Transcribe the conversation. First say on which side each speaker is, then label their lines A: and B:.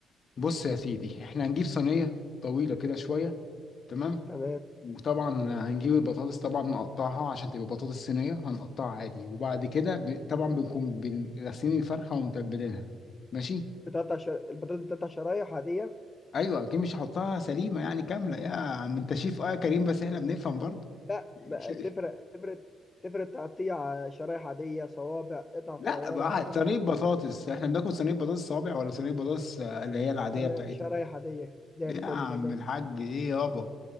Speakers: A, on the left; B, on the left.
A: بص يا سيدي احنا هنجيب صينيه طويله كده شويه تمام
B: تمام
A: وطبعا هنجيب البطاطس طبعا نقطعها عشان تبقى بطاطس صينية هنقطعها عادي وبعد كده ب... طبعا بنكون بن- غاسلين الفرخة ومتبلينها ماشي
B: بتقطع شر... البطاطس بتقطع شرايح عاديه
A: ايوه اكيد مش هحطها سليمة يعني كاملة يا عم انت شيف اه يا كريم بس احنا بنفهم برضه
B: لا
A: <laughs>
B: ما... تفرق تفرق تفرق تقطيع شرايح عاديه صوابع قطع
A: لا
B: صغيره
A: بقى
B: كده
A: صينية بطاطس احنا بناكل صينية بطاطس صابع ولا صينية بطاطس آه، اللي هي العادية
B: تمام
A: بتاعتنا
B: شرايح عاديه زي
A: يا
B: الفل
A: عم
B: تمام
A: الحاج ايه يابا